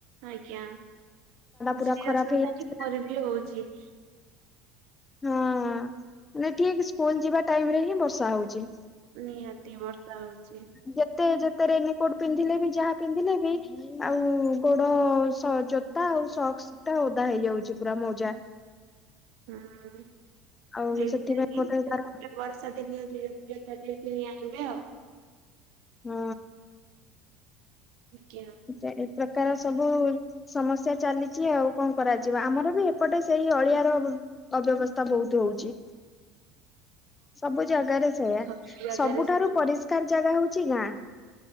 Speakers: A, on the right; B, on the left.
A: ଆଜ୍ଞା।
B: ପୁରା
A: ସେଇ
B: ଖରାପ
A: ଅସୁବିଧା
B: ହେଇଯାଉଛି।
A: ଆଜି ମୋରବି ହଉଚି।
B: ହଁ ମାନେ ଠିକ୍ ସ୍କୁଲ୍ ଯିବା ଟାଇମ୍ ରେ ହିଁ ବର୍ଷା ହଉଚି।
A: ନିହାତି ବର୍ଷା ହଉଚି।
B: ଯେତେ ଯେତେ ରେନିକୋଟ ପିନ୍ଧିଲେ ବି ଯାହା ପିନ୍ଧିଲେ ବି ଆଉ ଗୋଡ଼ ସ ଜୋତା ଆଉ ସକ୍ସଟା ଓଦା ହେଇଯାଉଚି ପୁରା ମଉଜା।
A: ହଁ ହେଇତିନାଗି
B: ଆଉ ସେଥିପାଇଁ ଗୋଟେ
A: ସେଇ
B: ତାର
A: ବର୍ଷା ଦିନ <unintelligible> କିଣି ଆଣିବେ ଆଉ।
B: ହଁ।
A: ଆଜ୍ଞା।
B: ଏ ଏ ପ୍ରକାର ସବୁ ସମସ୍ୟା ଚାଲିଚି ଆଉ କଣ କରାଯିବ ଆମର ବି ଏପଟେ ସେଇ ଅଳିଆର ଅବ୍ୟବସ୍ଥା ବହୁତୁ ହଉଚି। ସବୁ ଜାଗାରେ ସେଇୟା
A: ସବୁ ଜାଗାରେ
B: ସବୁଠାରୁ
A: ସେ
B: ପରିଷ୍କାର ଜାଗା ହଉଚି ଗାଁ।